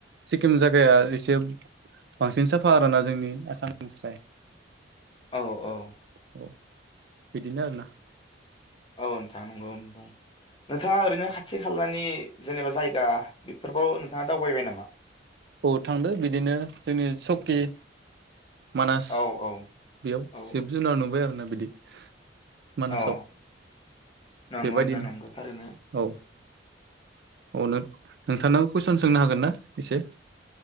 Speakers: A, on the right; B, on the left.
A: सिक्किम जायागाया एसे बांसिन साफा आरोना जोंनि आसामनिस्राइ
B: औ औ
A: औ बिदिनो आरोना
B: औ नोंथां नंगौ नोंथां नोंथाङा ओरैनो खाथि खालानि जेनेबा जायगा बेफोरबाव नोंथाङा दावबायबाय नामा?
A: ओ थांदों बिदिनो जोंनि सौकि मानास
B: औ औ
A: बेयाव
B: औ
A: जिब जुनार नुबाय आरोना बिदि मानासाव
B: अह नंगौ
A: बेबायदिनो
B: नोंथां नंगौ थारैनो
A: औ औ नो- नोंथांनाव कुइसन सोंनो हागोन ना एसे?